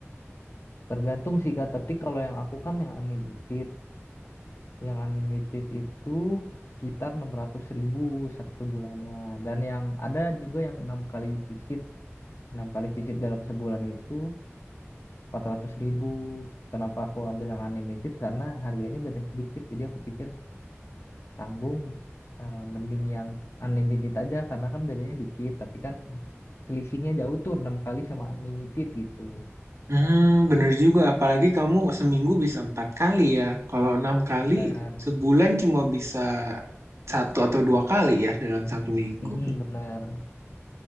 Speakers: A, on the left (about 65°); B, on the right (about 75°).
A: Tergantung sih Kak, tapi kalau yang aku kan yang unlimited. Yang unlimited itu sekitar enam ratus ribu satu bulannya. Dan yang ada juga yang enam kali visit. enam kali visit dalam sebulan itu empat ratus ribu. Kenapa aku ambil yang unlimited? Karena harganya beda sedikit. Jadi aku pikir tanggung eh, mending yang unlimited aja karena kan bedanya dikit. Tapi kan selisihnya jauh tuh 6 kali sama unlimited gitu.
B: Hmm, bener juga. Apalagi kamu seminggu bisa empat kali ya. Kalau enam kali,
A: Benar.
B: sebulan cuma bisa satu atau dua kali ya dalam satu minggu.
A: Mm-mm, benar.